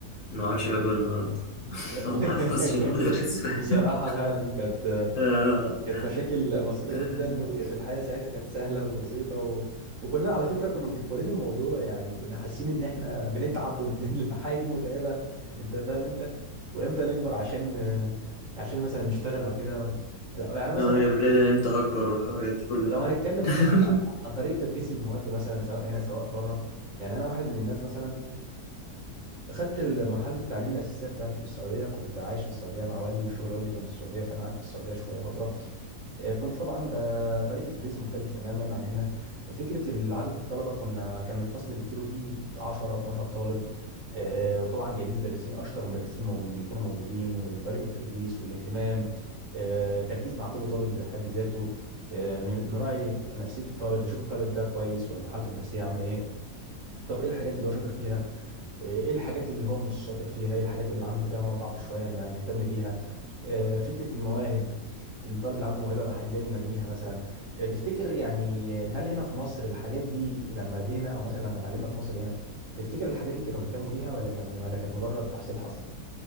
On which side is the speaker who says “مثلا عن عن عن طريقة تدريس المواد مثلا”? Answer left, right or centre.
Right